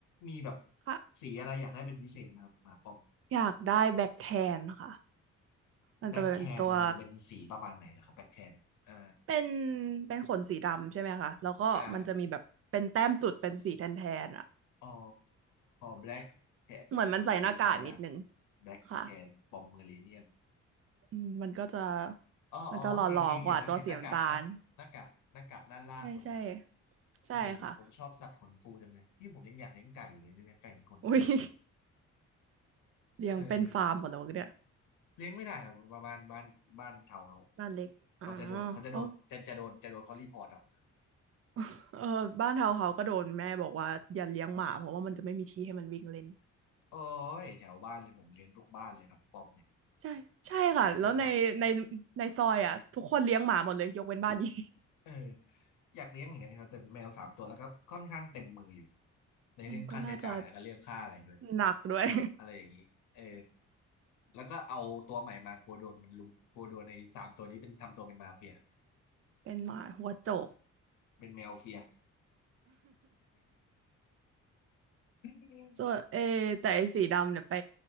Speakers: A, on the left; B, on the right.
A: มีแบบ
B: ค่ะ
A: สีอะไรอยากได้เป็นพิเศษไหมครับหมาปอม
B: อยากได้แบ็คแทนค่ะมันจะเป็นตัว
A: แบล็กแคนมันจะเป็นสีประมาณไหนนะครับแบล็กแคนอ่า
B: เป็นเป็นขนสีดำใช่ไหมคะแล้วก็มันจะมีแบบเป็นแต้มจุดเป็นสีแทนแทนอะ
A: อ่า อ๋อ Black Cat ไหนดูดูตัวอย่าง
B: เหมือนมันใส่หน้ากากนิดนึง
A: Black
B: ค่ะ
A: Cat Pomeranian
B: อืมมันก็จะ
A: อ๋ออ๋อโอเคโอเคเห็นแล้วเห็นหน้ากากหน้าหน้ากากหน้ากากด้านล่างถูกไหม
B: มันจะหล่อๆกว่าตัวสีน้ำตาล ใช่ใช่ใช่ค่ะ
A: เออผมชอบสัตว์ขนฟูจังเลยนี่ผมยังอยากเลี้ยงไก่อยู่เลยเนี่ยไก่มันขนฟู
B: อุ้ย <laughs> เลี้ยงเป็นฟาร์มหมดแล้วเนี่ย
A: เออเลี้ยงไม่ได้ครับบ้านบ้านบ้านแถวเขา
B: บ้านเล็กอ๋อ
A: เขาจะโดนเขาจะโดนจะจะโดนจะโดนเขารีพอร์ตเอา
B: อ๋อ <laughs> เออบ้านเทาวน์เฮาส์ก็โดนแม่บอกว่าอย่าเลี้ยงหมาเพราะว่ามันจะไม่มีที่ให้มันวิ่งเล่น
A: โอ้ยแถวบ้านเลยผมเลี้ยงทุกบ้านเลยครับปอมเนี่ย
B: ใช่ใช่ค่ะแล้วในใน
A: เกือบทุกตัว
B: ในซอยอ่ะทุกคนเลี้ยงหมาหมดเลยยกเว้นบ้านนี้
A: เอออยากเลี้ยงเหมือนกันนะครับแต่แมวสามตัวแล้วก็ค่อนข้างเต็มมืออยู่
B: <laughs>
A: ในเรื่องค่าใช้จ่ายแล้วก็เรื่องค่าอะไรด้วย
B: อืมก็น่าจะหนักด้วย
A: อะไรอย่างนี้เออแล้วก็เอาตัวใหม่มากลัวโดนมันลุมกลัวโดนในสามตัวนี้เป็นทำตัวเป็นมาเฟีย
B: <laughs> เป็นหมาหัวโจก <laughs>
A: เป็นแมวเฟีย <laughs>
B: ส่วนเอแต่ไอ้สีดำเนี่ยไป